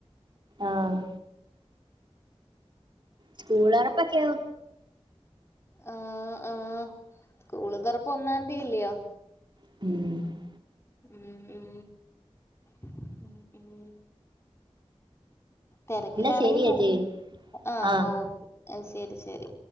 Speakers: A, on the right (about 45°); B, on the left (about 25°).
A: ആഹ് സ്കൂള എറപ്പൊക്കെയോ
B: ആഹ് ആഹ് സ്കൂള് തോറപ്പ ഒന്നാന്തില്യോ
A: ഉം
B: ഉം ഉം ഉം ഉം ഉം തെരക്കിലാണെങ്കി
A: എന്നാ ശരി ചേച്ചി
B: ആഹ്
A: ആ
B: ഓക്കേ ശരി ശരി